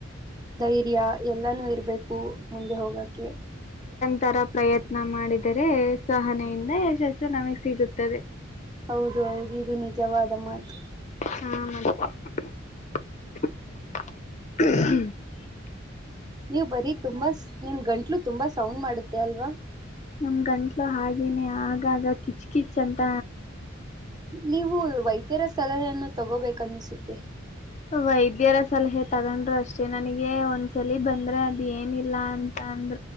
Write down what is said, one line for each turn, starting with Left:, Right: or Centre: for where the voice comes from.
Right: ಧೈರ್ಯ ಎಲ್ಲಾನು ಇರ್ಬೇಕು ಮುಂದೆ ಹೋಗಕ್ಕೆ
Left: ತರ ಪ್ರಯತ್ನ ಮಾಡಿದರೆ ಸಹನೆಯಿಂದ ಯಶಸ್ಸ ನಮಗ್ ಸಿಗುತ್ತದೆ
Right: ಹೌದು ಹೌದು ಇದು ನಿಜವಾದ ಮಾತು
Left: ಹ್ಮ
Right: ನೀವು ಬರೀ ತುಂಬಾ ನಿಮ ಗಂಟ್ಲು ತುಂಬಾ ಸೌಂಡ್ ಮಾಡುತ್ತೆ ಅಲ್ವಾ
Left: ನಮ ಗಂಟ್ಲು ಹಾಗೇನೆ ಆಗಾಗ ಕಿಚ್ ಕಿಚ್ ಅಂತ
Right: ನೀವು ವೈದ್ಯರ ಸಲಹೆಯನ್ನು ತಗೋಬೇಕನ್ನಸುತ್ತೆ
Left: ವೈದ್ಯರ ಸಲಹೆ ತಗೊಂಡ್ರು ಅಷ್ಟೇ ನನಗೆ ಒಂದ್ಸಲ ಬಂದ್ರೆ ಅದ ಏನಿಲ್ಲ ಅಂತ ಅಂದ